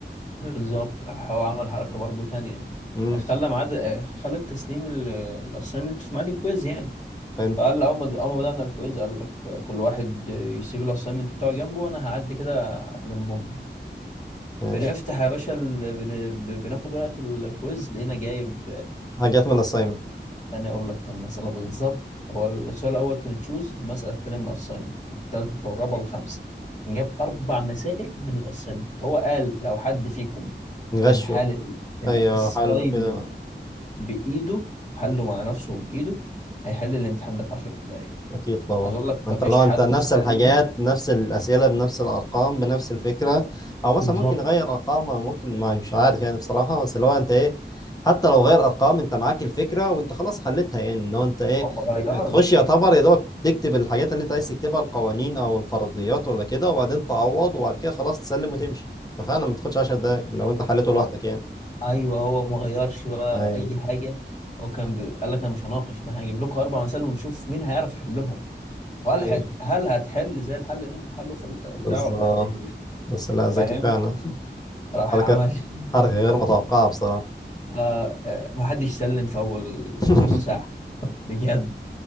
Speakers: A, on the left; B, on the left.
A: بالظبط راح هو عمل حركة برضو تانية
B: امم
A: خلى ميعاد آه، خلى تسليم الاساينمنت في ميعاد الكويز يعني
B: حلو
A: فقال اول ما اول ما بدأنا الكويز قال لك كل واحد يسيب الاساينمنت بتاعه جنبه وانا هعدي كده المهم
B: ماشي
A: بنفتح يا باشا ال... بن... ب- بناخد ورقة الكويز لقينا جايب
B: حاجات من الاساينمنت
A: تاني اقول لك كم مسألة بالظبط هو السؤال الاول كان تشوز المسألة التانية من الاساينمنت التالتة والرابعة والخامسة جاب اربع مسائل من الاساينمنت هو قال لو حد فيكم كان
B: غشوا
A: حال الاساينمنت
B: ايوه حلو كده
A: بايده وحله مع نفسه بايده هيحل الامتحان ده في 10 دقايق
B: اكيد طبعا
A: عايز اقول لك
B: ما
A: ما
B: انت
A: فيش
B: لو
A: حد
B: انت نفس
A: سأل
B: الحاجات نفس الاسئله بنفس الارقام بنفس الفكره او
A: بالظبط
B: مثلا ممكن نغير ارقام أو ممكن ما مش عارف يعني بصراحه بس لو انت ايه حتى لو غير ارقام انت معاك الفكره وانت خلاص حلتها يعني ان هو انت ايه
A: هو ما غيرش
B: تخش يعتبر يا دوبك تكتب الحاجات اللي انت عايز تكتبها القوانين او الفرضيات ولا كده وبعدين تعوض وبعد كده خلاص تسلم وتمشي ففعلا ما تاخدش 10 دقايق لو انت حلته
A: هو
B: لوحدك يعني
A: ايوه هو ما غيرش بقى
B: اي
A: اي حاجة هو كان بي... قال لك انا مش هناقش ده انا هجيب لكم اربع مسائل ونشوف مين هيعرف يحلهم وهل
B: اي
A: هت... هل هتحل زي الحل اللي انت حله في البتاع
B: بالظبط
A: ولا هتهبط
B: بس لا ذكي
A: فاهم
B: فعلا <laughs>
A: راح
B: حركه
A: عمل <laughs>
B: حركه غير متوقعه بصراحه
A: آه، آه، ما حدش سلم في اول
B: <laughs>
A: نص ساعه بجد